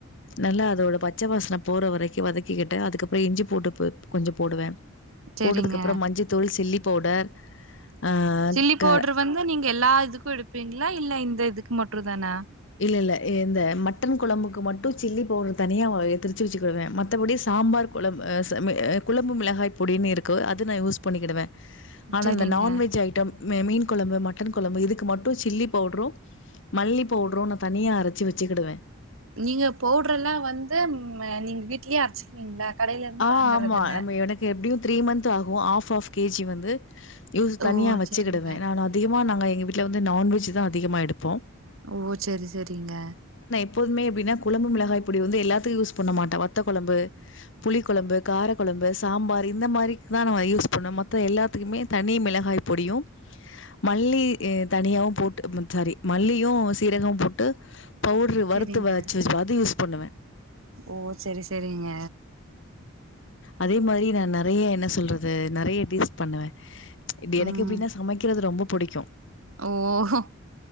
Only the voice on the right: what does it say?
சரிங்க
சில்லி
பவுடர் வந்து நீங்க எல்லா இதுக்கு ளிப்பீங்களா இல்ல இந்த இதுக்கு மட்டு தானா
சரிங்க
நீங்க பவுடர் எல்லாம் வந்து, நீங்க வீட்லயே அரைச்சுக்குவீங்களா? கடையில இருந்து
வாங்கறது
இல்ல
ஓ
சரிங்க
ஓ செரி செரிங்க.
சரிங்க
ஓ. சரி சரிங்க.
ம்
ஓ ஓஹோ